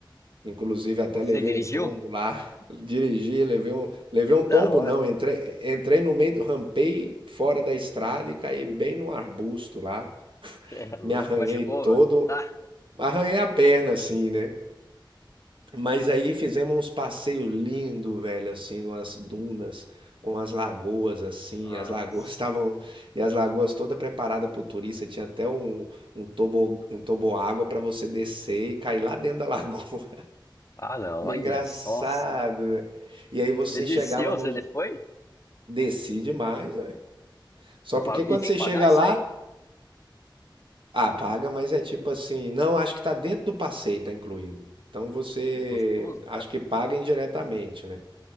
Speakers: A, on the right; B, on the left.
A: Inclusive até
B: Você
A: levei
B: dirigiu?
A: um tombo lá, <laughs> dirigi, levei um, levei
B: Que
A: um
B: da
A: tombo
B: hora.
A: não, entrei, entrei no meio, do- rampei fora da estrada e caí bem no arbusto lá.
B: <laughs> Você é louco.
A: Me arranhei
B: Machucou,
A: todo,
B: mano. Ah,
A: arranhei a perna assim, né? Mas aí fizemos uns passeios lindos, velho, assim, numas dunas, com as lagoas, assim,
B: nossa.
A: as lagoas <laughs> estavam, e as lagoas toda preparada para o turista, tinha até um, um tobo, um toboágua para você descer e cair lá dentro da <laughs> lagoa.
B: Ah, não.
A: Engraçado,
B: Olha só.
A: velho. E aí você
B: Você desceu,
A: chegava
B: você
A: no...
B: foi?
A: Desci demais, velho. Só
B: E, pag-
A: porque quando
B: e tem
A: você
B: que pagar
A: chega
B: isso
A: lá,
B: aí?
A: ah, paga, mas é tipo assim, não, acho que tá dentro do passeio, tá incluído. Então você,
B: Que gostoso, cara.
A: acho que paga indiretamente, né?